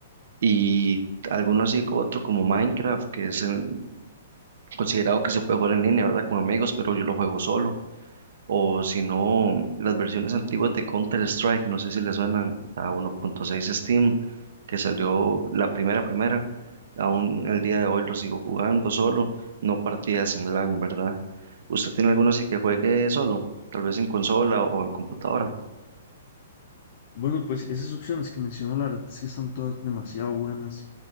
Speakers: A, on the right; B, on the left.
A: Y alguno así co- otro como Minecraft, que es el- considerado que se puede jugar en línea, ¿verdad? Con amigos, pero yo lo juego solo o si no, las versiones antiguas de Counter-Strike, no sé si les suenan a 1.6 Steam, que salió la primera, primera, aún el día de hoy lo sigo jugando solo, no partidas en LAN, ¿verdad? ¿Usted tiene alguno así que juegue solo, tal vez en consola o en computadora?
B: Bueno, pues esas opciones que mencionó, la verdad es que están todas demasiado buenas.